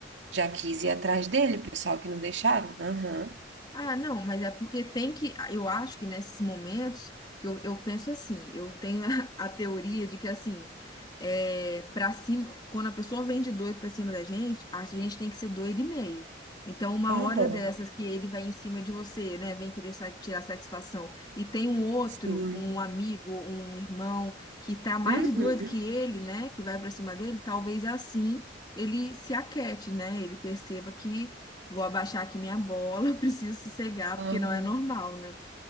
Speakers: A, on the right (about 70°); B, on the left (about 25°).
A: Já quis ir atrás dele, pessoal que não deixaram. Aham,
B: Ah, não, mas é porque tem que. ah, Eu acho que nesses momentos, eu, eu penso assim, eu tenho <laughs> a, a teoria de que, assim, é, para cima, quando a pessoa vem de doido pra cima da gente, a gente tem que ser doido e meio. Então, uma
A: aham,
B: hora dessas que ele vai em cima de você, né, vem querer sa- tirar satisfação, e tem um outro,
A: sim.
B: um amigo, um irmão, que tá mais
A: Uhum,
B: doido que ele, né, que vai pra cima dele, talvez assim ele se aquete, né, ele perceba que Vou abaixar aqui minha bola, <laughs> preciso sossegar,
A: aham.
B: porque não é normal, né?